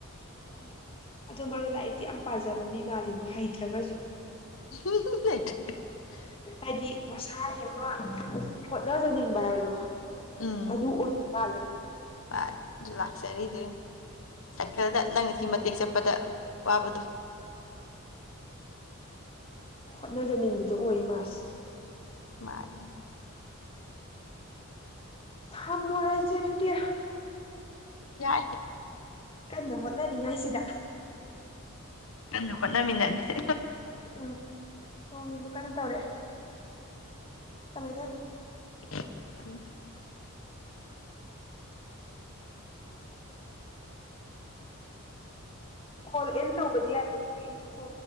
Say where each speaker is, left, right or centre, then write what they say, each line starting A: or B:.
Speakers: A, on the left; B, on the left.
A: ꯍꯣꯏꯣꯏ ꯑꯗꯣ ꯃꯥꯅ ꯂꯥꯏꯔꯤꯛꯇꯤ ꯌꯥꯝ ꯄꯥꯖꯕ ꯃꯤ ꯃꯥꯜꯂꯤꯕꯣ ꯍꯩꯇ꯭ꯔꯒꯁꯨ
B: ꯎꯝ ꯂꯩ <unintelligible>
A: ꯍꯥꯏꯗꯤ ꯃꯁꯥꯒꯤ ꯑꯃ ꯍꯣꯠꯅꯖꯅꯤꯡꯕ ꯍꯥꯏꯕꯗꯣ
B: ꯎꯝ
A: ꯑꯗꯨ ꯑꯣꯏꯕ ꯃꯥꯜꯂꯦꯕ
B: ꯍ ꯂꯥꯛꯁꯔꯤꯗ ꯁꯥꯏꯀꯜꯗ ꯅꯪꯅꯒꯤ ꯃꯇꯦꯛ ꯆꯠꯄꯗ ꯋꯥꯕꯗꯣ
A: ꯍꯣꯠꯅꯖꯅꯤꯡꯕꯗꯨ ꯑꯣꯏꯌꯦ ꯃꯥꯁ
B: ꯃꯥꯅꯤ
A: ꯊꯝ ꯃꯔꯥꯏꯁꯦ ꯑꯗꯨꯗꯤ
B: ꯌꯥꯏ
A: ꯀꯟꯅ ꯍꯣꯠꯅꯔꯤꯉꯩ ꯁꯤꯗ
B: ꯀ ꯍꯣꯟꯠꯅꯃꯤꯟꯅꯔꯁꯦ
A: ꯎꯝ ꯅꯣꯡꯁꯨ ꯀꯟꯅꯣ ꯇꯧꯔꯑꯦ ꯊꯝꯃꯦ ꯊꯃꯦ
B: ꯊ <unintelligible>
A: ꯍꯣꯜ ꯑꯦꯟ ꯇꯧꯕꯁꯤ ꯌꯥꯗꯦ ꯌꯦꯡ ꯀꯣ